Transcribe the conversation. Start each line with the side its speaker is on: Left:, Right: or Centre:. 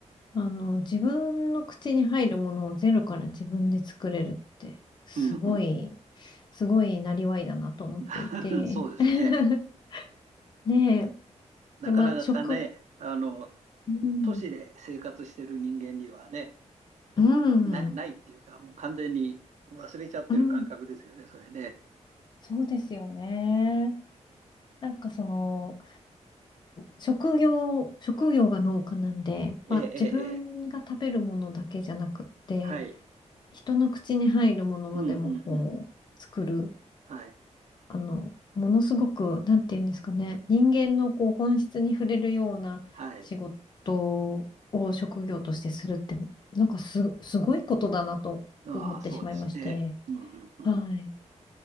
Left: あの、自分の口に入るものをゼロから自分で作れるって、すごい、
Right: うんうん
Left: すごいなりわいだなと思っていて。
Right: うん。<laughs> そうですね。
Left: <laughs> ねえ。
Right: なかなかね、
Left: で、まあ、食、
Right: あの、
Left: うん、
Right: 都市で生活してる人間にはね、
Left: うん、
Right: な、ないっていうか、もう完全に忘れちゃってる感覚ですよね、
Left: うん
Right: それね。
Left: そうですよね。なんかその、職業、職業が農家なんで、
Right: ええ、
Left: まあ自分が食べるものだけじゃなくって、
Right: ええ、ええはい。
Left: 人の口に入るものまでもこう、
Right: うん、うん、うん、うん。
Left: 作る、
Right: はい、
Left: あの、ものすごく、なんて言うんですかね、人間のこう本質に触れるような仕事を職業としてするって、
Right: はい。
Left: なんかす、すごいことだなと思ってしまいまして、
Right: ああ、そうですね。うん、うん、うん。
Left: はい。